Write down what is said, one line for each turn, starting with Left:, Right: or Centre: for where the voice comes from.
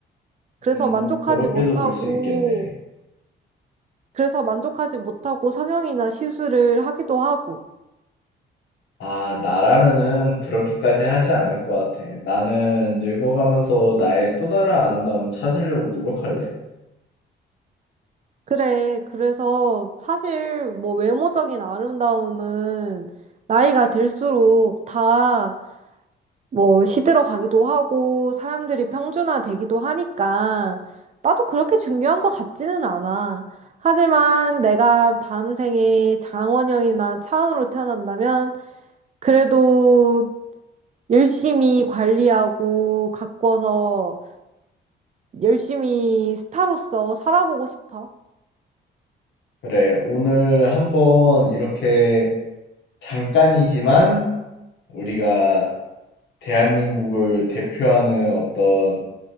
Right: 그래서
Left: 음,
Right: 만족하지
Left: 그렇게도
Right: 못하고,
Left: 볼 수 있겠네.
Right: 그래서 만족하지 못하고 성형이나 시술을 하기도 하고.
Left: 아, 나라면은 그렇게까지 하지 않을 것 같아. 나는 늙어가면서 나의 또 다른 아름다움을 찾으려고 노력할래.
Right: 그래. 그래서 사실 뭐 외모적인 아름다움은 나이가 들수록 다 뭐 시들어 가기도 하고 사람들이 평준화 되기도 하니까 나도 그렇게 중요한 것 같지는 않아. 하지만 내가 다음 생에 장원영이나 차은우로 태어난다면 그래도 열심히 관리하고 가꿔서 열심히 스타로서 살아보고 싶어.
Left: 그래, 오늘 한번 이렇게 잠깐이지만 우리가 대한민국을 대표하는 어떤